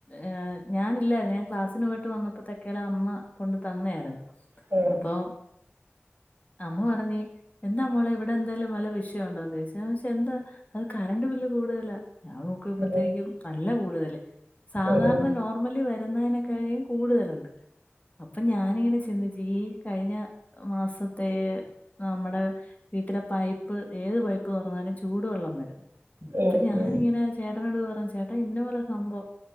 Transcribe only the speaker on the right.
ആ ആ
ആ
ആ ആ ആ ആ ആ ആ ആ
ആ